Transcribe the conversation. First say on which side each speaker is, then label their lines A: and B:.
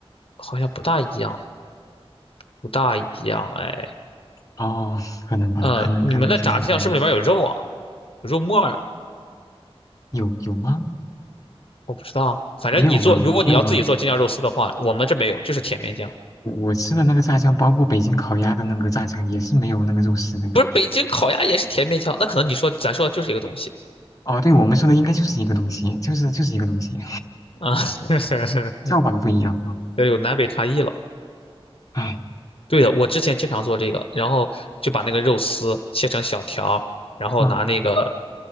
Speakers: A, on the left; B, on the left.
A: 好像不大一样，不大一样。哎，
B: 哦，可能吧，
A: 呃，
B: 可能可能确实不一样
A: 你们的炸酱是不是里面有肉啊？有肉末儿啊？
B: 有有吗？
A: 我不知道啊反正你做，
B: 没有吧，
A: 如果你要自己做京酱肉丝的话，
B: 没有吧。
A: 我们这没有，就是甜面酱。
B: 我我吃的那个炸酱，包括北京烤鸭的那个炸酱，也是没有那个肉丝的。
A: 不是北京烤鸭也是甜面酱，那可能你说咱说的就是一个东西
B: 哦，对，我们说的应该就是一个东西，就是就是一个东西。
A: 啊，<laughs>
B: 叫法不一样啊。
A: 这有南北差异了。
B: 哎，
A: 对的，我之前经常做这个，然后就把那个肉丝切成小条儿然后拿那个
B: 嗯，